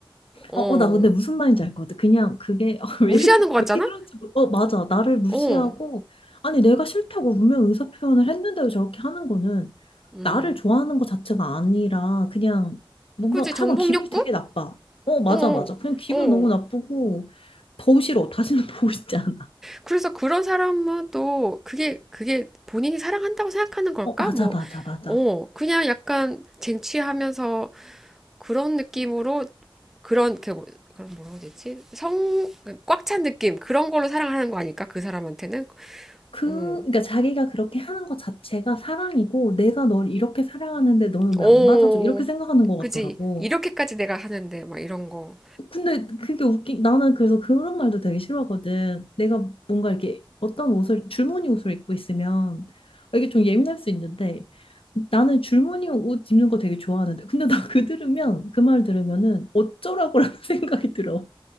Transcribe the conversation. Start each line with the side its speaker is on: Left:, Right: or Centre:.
Centre: 어.
Left: 어, 어, 나 근데 무슨 말인지 알 것 같아. 그냥 그게 <laughs> 어,
Centre: 무시하는
Left: 왜 이렇게
Centre: 것 같잖아?
Left: 왜 그런지 모르. 어, 맞아. 나를 무시하고
Centre: 어,
Left: 아니 내가 싫다고 분명 의사 표현을 했는데도 저렇게 하는 거는
Centre: 음.
Left: 나를 좋아하는 것 자체가 아니라 그냥 뭔가
Centre: 그지?
Left: 하여간
Centre: 정복
Left: 기분이
Centre: 욕구?
Left: 되게 나빠. 어, 맞아,
Centre: 어,
Left: 맞아. 그냥 기분
Centre: 어.
Left: 너무 나쁘고 더 싫어. 다시는 <laughs> 보고 지 않아.
Centre: 그래서 그런 사람은 또 그게, 그게 본인이 사랑한다고 생각하는 걸까?
Left: 어, 맞아,
Centre: 뭐,
Left: 맞아, 맞아.
Centre: 어, 그냥 약간 쟁취하면서 그런 느낌으로 그런, 그, 뭐- 그런 뭐라고 해야 되지? 성, 꽉 찬 느낌. 그런 걸로 사랑하는 거 아닐까? 그 사람한테는?
Left: 그,
Centre: 음.
Left: 그러니까 자기가 그렇게 하는 것 자체가 사랑이고 내가 널 이렇게 사랑하는데 너는
Centre: 어,
Left: 왜 안 받아줘? 이렇게 생각하는 것
Centre: 그지?
Left: 같더라고.
Centre: 이렇게까지 내가 하는데, 막 이런 거.
Left: 근데 그게 웃기 나는 그래서 그런 말도 되게 싫어하거든. 내가 뭔가 이렇게 어떤 옷을 줄무늬 옷을 입고 있으면 아, 이게 좀 예민할 수 있는데 나는 줄무늬 옷 입는 거 되게 좋아하는데 근데 나 그 들으면 그 말 들으면은 어쩌라고라는 <laughs> 생각이 들어.